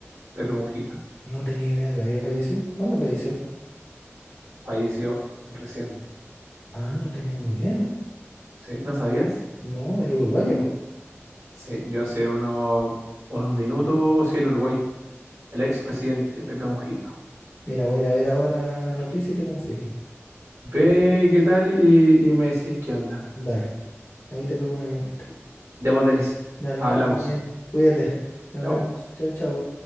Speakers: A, on the right; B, on the left.
A: Pepe Mujica.
B: No tenía idea que había fallecido. ¿Cuándo falleció?
A: Falleció recién.
B: Ah, no tengo idea.
A: ¿Sí? ¿No sabías?
B: No, el uruguayo.
A: Sí, yo hace unos, unos minutos, sí, el uruguayo, el expresidente Pepe Mujica.
B: Mira, voy a ir a ver ahora la noticia y te confirmo.
A: Ve qué tal y, y me decís qué onda.
B: Dale, ahí te pego una llamadita.
A: Ya vos, Denis,
B: Dale,
A: hablamos.
B: que estés bien. Cuídate. Nos
A: Chao.
B: vemos. Chao, chao.